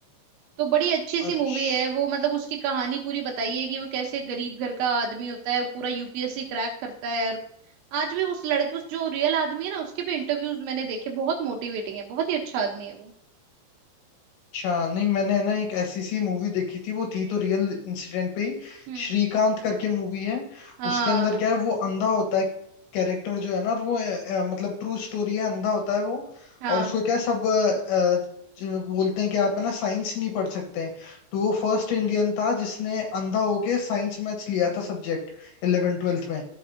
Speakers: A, on the right; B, on the left.
A: तो बड़ी अच्छी सी
B: अच्छा
A: मूवी है वो मतलब उसकी कहानी पूरी बताई है कि वो कैसे गरीब घर का आदमी होता है वो पूरा यूपीएससी क्रैक करता है और आज भी उस लड़के उस जो रियल आदमी है ना उसके भी इंटरव्यूज मैंने देखे बहुत मोटिवेटिंग है बहुत ही अच्छा आदमी है वो
B: अच्छा नहीं मैंने ना एक ऐसी सी मूवी देखी थी वो थी तो रियल इंसिडेंट पे ही
A: हम्म
B: श्रीकांत करके मूवी है
A: हाँ
B: उसके अंदर क्या है वो अंधा होता है कैरेक्टर जो है ना और वो अ, अ, मतलब ट्रू स्टोरी है अंधा होता है वो
A: हाँ
B: और उसको क्या है सब अ, अ, जो बोलते हैं कि आप है ना साइंस नहीं पढ़ सकते हैं तो वो फर्स्ट इंडियन था जिसने अंधा होके साइंस मैथ्स लिया था सब्जेक्ट इलेवन ट्वेल्थ में